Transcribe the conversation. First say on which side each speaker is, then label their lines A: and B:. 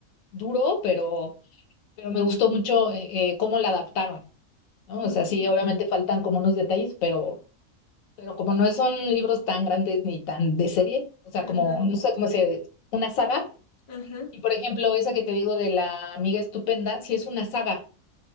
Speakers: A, on the left; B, on the left.
A: duro, pero, pero me gustó mucho eh, eh, cómo la adaptaron, ¿no?
B: ujú,
A: O sea, sí, obviamente faltan como unos detalles, pero Pero como no son libros tan grandes ni tan de serie, o sea,
B: Ajá,
A: como, no sé cómo se, una saga.
B: ajá,
A: Y por ejemplo, esa que te digo de la amiga estupenda, sí es una saga.